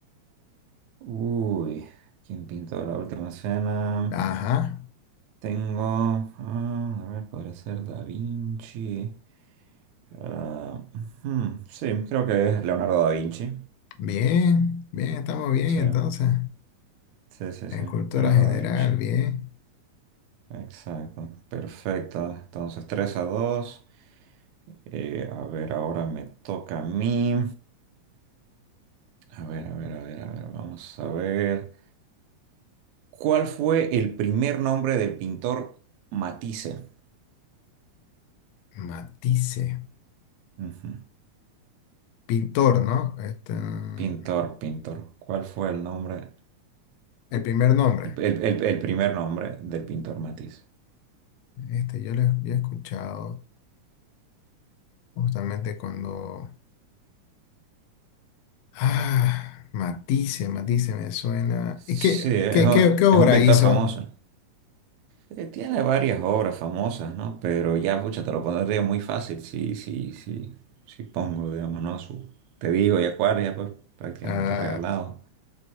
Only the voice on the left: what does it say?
Ajá.
Bien, bien, estamos bien
entonces.
En cultura
general,
bien.
Matisse,
pintor, ¿no? Este, mm,
el primer nombre.
Este, yo lo he yo he escuchado justamente cuando... Ah, Matisse, Matisse me suena.
¿Y qué,
qué,
qué, qué obra
hizo?
Ah,